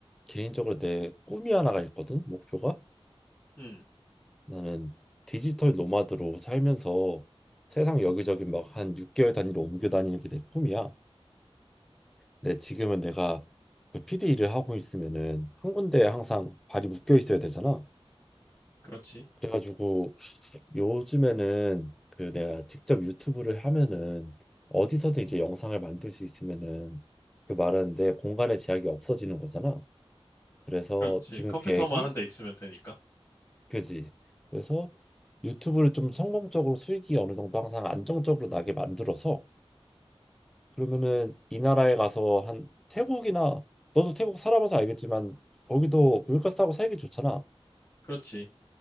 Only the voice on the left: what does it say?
음,
그렇지.
그렇지.
컴퓨터만
한 대 있으면 되니까.
그렇지.